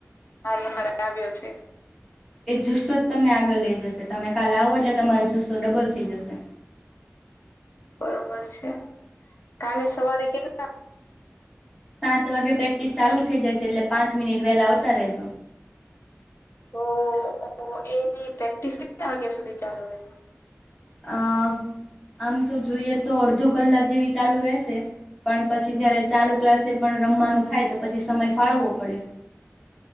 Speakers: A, on the left; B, in the centre.
A: હાલ, અમારા આવ્યો છે.
B: એ જુસ્સો જ તમને આગળ લઇ જશે. તમે કાલ આવો એટલે તમારો જુસ્સો ડબલ થઈ જશે.
A: બરોબર છે. કાલે સવારે કેટ
B: સાત વાગે પ્રેક્ટિસ ચાલુ થઈ જાય છે. એટલે પાંચ મિનિટ વહેલા આવતા રહેજો.
A: તો એની પ્રેક્ટિસ કેટલા વાગ્યા સુધી ચાલુ રે?
B: અ આમ તો જોઈએ તો, અડધો કલાક જેવી ચાલુ રહેશે. પણ પછી જયારે ચાલુ ક્લાસે પણ રમવાનું થાય તો, પછી સમય ફાળવવો પડે.